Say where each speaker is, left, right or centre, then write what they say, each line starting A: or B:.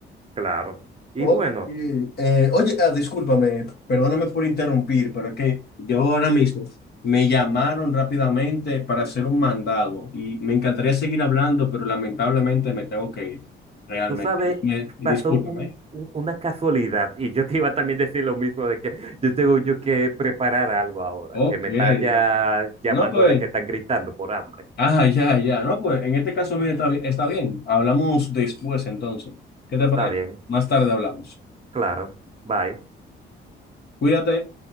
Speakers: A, on the right (about 30°); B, on the left (about 55°).
A: claro. Y
B: Ok,
A: bueno.
B: eh, oye, ah, discúlpame, perdóname por interrumpir, pero es que yo ahora mismo me llamaron rápidamente para hacer un mandado y me encantaría seguir hablando, pero lamentablemente me tengo que ir, realmente.
A: Tú sabes,
B: Y, y
A: pasó
B: discúlpame.
A: un- un- una casualidad y yo te iba a también decir lo mismo de que yo tengo yo que preparar algo ahora,
B: Ok,
A: que me está ya
B: no,
A: llamando
B: no, pues.
A: de que están gritando por hambre.
B: Ah, ya, ya. No, pues en este caso, mire, está bien. Está bien. Hablamos después entonces. ¿Qué
A: Está
B: te parece?
A: bien,
B: Más tarde hablamos.
A: claro, bye.
B: Cuídate.